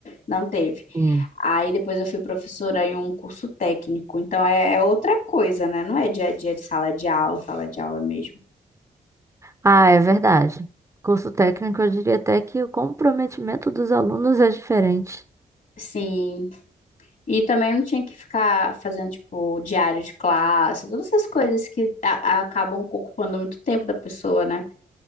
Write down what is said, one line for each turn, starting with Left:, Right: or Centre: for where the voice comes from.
Left: Não teve.
Right: sim.
Left: Aí depois eu fui professora em um curso técnico, então é, é outra coisa, né? Não é dia a dia de sala de aula, sala de aula mesmo.
Right: Ah, é verdade. Curso técnico, eu diria até que o comprometimento dos alunos é diferente.
Left: Sim, E também não tinha que ficar fazendo, tipo, diário de classe, todas essas coisas que a- acabam ocupando muito tempo da pessoa, né?